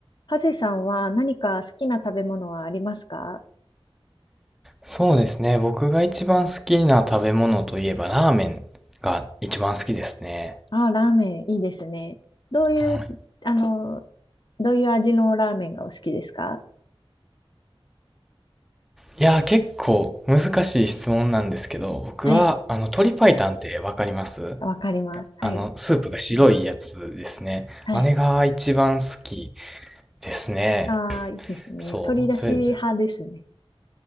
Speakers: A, on the left (about 50°); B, in the centre.
A: ハゼさんは何か好きな食べ物はありますか
B: そうですね。僕が一番好きな食べ物といえばラーメンが一番好きですね。
A: あーラーメンいいですね。どういう、
B: はい
A: あの、どういう味のラーメンがお好きですか
B: いやー、結構難しい質問なんですけど、僕はあの鶏白湯ってわかります
A: はい。わかります。はい。
B: あのスープが白いやつですね。
A: はい。
B: あれが一番好きですね。
A: ああ、いいですね。
B: そう。
A: 鶏だし派ですね。
B: それ